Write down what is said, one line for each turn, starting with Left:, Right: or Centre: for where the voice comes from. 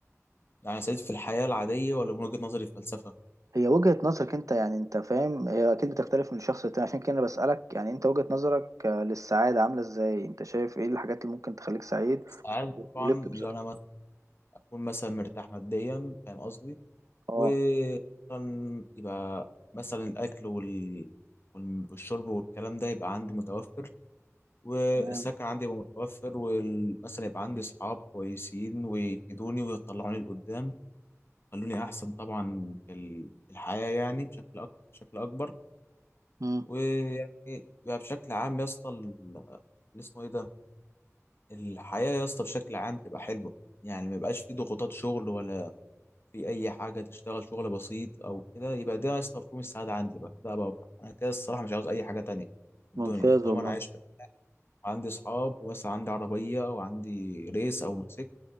Left: يعني سعيد في الحياة العادية ولا من وجهة نظري الفلسفة
Right: هي وجهة نظرك انت يعني انت فاهم هي اكيد بتختلف من شخص للتاني عشان كده انا بسألك يعني انت وجهة نظرك آه، للسعادة عاملة ازاي انت شايف ايه الحاجات اللي ممكن تخليك سعيد
Left: السعادة طبعا
Right: ولب بصدق
Left: لو أنا مثلا أكون مثلا مرتاح ماديا فاهم قصدي
Right: اه
Left: ومثلا يبقى مثلا الأكل وال... وال- والشرب والكلام ده يبقى عندي متوفر والسكن
Right: تمام
Left: عندي يبقى متوفر ومثلا يبقى عندي صحاب كويسين ويفيدوني ويطلعوني لقدام خلوني احسن طبعا في ال- في الحياة يعني بشكل أكبر بشكل اكبر
Right: مم.
Left: ويعني يبقى بشكل عام يا اسطى ال- اللي اسمه ايه ده الحياة يا اسطى بشكل عام تبقى حلوة يعني ما يبقاش في ضغوطات شغل ولا في اي حاجة تشتغل شغل بسيط او كده يبقى ده يا اسطى مفهوم السعادة عندي بقى ده بقى انا كده الصراحة مش عاوز اي حاجة تانية في
Right: ممتاز
Left: الدنيا طالما
Right: والله
Left: انا عايش عندي اصحاب واسع عندي عربيه وعندي ريس او موتوسيكل